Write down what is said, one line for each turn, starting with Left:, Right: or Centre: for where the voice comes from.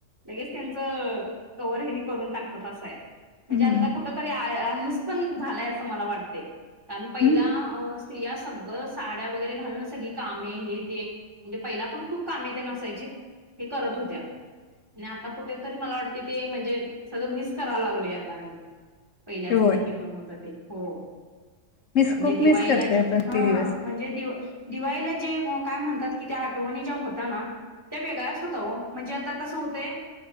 Right: लगेच त्यांच कवर हेनी करून टाकतात आसं हाय. म्हणजे
Left: हम्म
Right: आता कुठ तरी आ आळस पण झालाय असं मला वाटते. कारण पहिला
Left: हम्म
Right: अ स्त्रिया सगळं साड्या वगैरे घालून सगळी कामे हे ते म्हणजे पहिला पण खूप कामे त्याना असायची ते करत होत्या. आणि आता कुठंतरी मला वाटते ते म्हणजे सगळं मिस करायला लागलय आता आम्ही. पहिल्याच
Left: होय
Right: जे जीवन होतं ते. हो
Left: मीस
Right: म्हणजे
Left: खूप
Right: दिवाळीला
Left: मिस करतोय
Right: जे
Left: आपण
Right: हा
Left: ते दिवस
Right: म्हणजे दिवा दिवाळीला जे काय म्हणतात की त्या आठवणी ज्या होता ना त्या वेगळ्याच होता हो. म्हणजे आता कसं होतंय